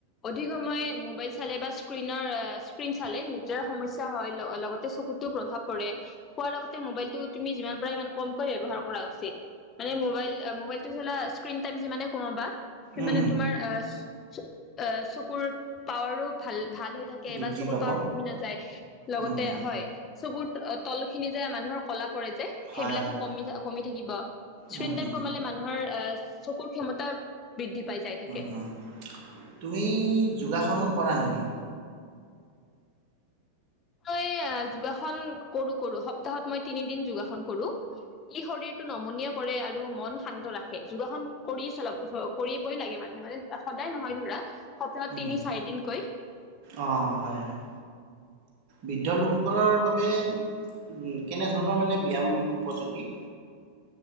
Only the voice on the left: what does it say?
অধিক সময় মোবাইল চালে বা স্ক্ৰিনৰ স্ক্ৰিণ চালে নিজৰ সমস্যা হয় লগতে চকুতো প্ৰভাৱ পৰে। শুৱাৰ আগতে মোবাইলটো তুমি যিমান পাৰা সিমান কমকৈ ব্যৱহাৰ কৰা উচিত মানে মবাইল মোবাইলটো চালা স্ক্ৰীন টাইম যিমানে কমাবা সিমানে
তোমাৰ অহ অ চকুৰ পাৱাৰো ভাল ভাল হৈ থাকে
বা চকুৰ
পাৱাৰ কমি নাযায় লগতে
হয় চকুৰ তল খিনি যে মানুহৰ কলা পৰে ৰে যে
সেইবিলাকো
কমি যাব। কমি থাকিব। স্ক্ৰিন
টাইম কমালে মানুহৰ চকুৰ ক্ষমতা বৃদ্ধি পাই যাই থাকে
মই অহ যোগাসন কৰো কৰো। সপ্তাহত মই তিনিদিন যোগাসন কৰো। ই শৰীৰটো নমনীয় কৰে আৰু মন শান্ত ৰাখে যোগাসন কৰি চলাব কৰিবই লাগে মানুহে মানে সদায় নহয় ধৰা সপ্তাহত
তিনি চাৰিদিনকৈ